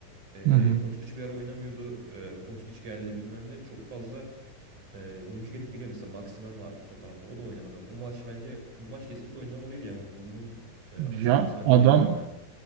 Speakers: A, on the right; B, on the right.
A: E,
B: Hı hı.
A: Kostić bir ara oynamıyordu. E, Kostić geldi bilmem ne. Çok fazla e, oyuncu gelip geliyor. Mesela Maximen vardı sol kanatta. O da oynamadı. O maç bence bu maç kesinlikle oynamalıydı yani. Ama Bunun e, açıklaması
B: Ya
A: ben
B: adam
A: ne bilmiyorum yani.